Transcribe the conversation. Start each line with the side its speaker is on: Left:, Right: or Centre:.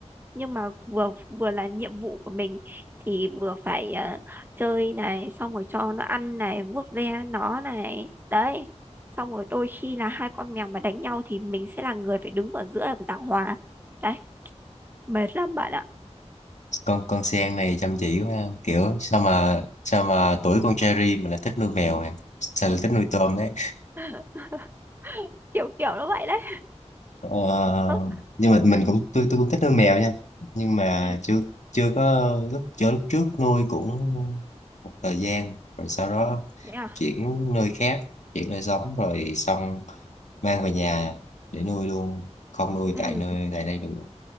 Right: nhưng mà vừa vừa là nhiệm vụ của mình thì vừa phải ờ, chơi này xong rồi cho nó ăn này vuốt ve nó này đấy xong rồi đôi khi là hai con mèo mà đánh nhau thì mình sẽ là người phải đứng ở giữa và giảng hòa đấy mệt lắm bạn ạ
Left: con con Sen này chăm chỉ quá ha. kiểu sao mà sao mà tuổi con Cherry mà lại thích nuôi mèo nè sao lại thích nuôi tôm đấy
Right: <laughs> kiểu kiểu nó vậy đấy
Left: ờ,
Right: ừ
Left: nhưng mà
Right: ừ
Left: mình cũng tôi tôi cũng thích nuôi mèo nha nhưng mà
Right: ừ,
Left: chưa chưa có lúc chưa lúc trước nuôi cũng một thời gian rồi sau đó
Right: thế à
Left: chuyển nơi khác chuyển nơi sống rồi xong mang về nhà để nuôi luôn không nuôi
Right: ừ
Left: tại nơi tại đây được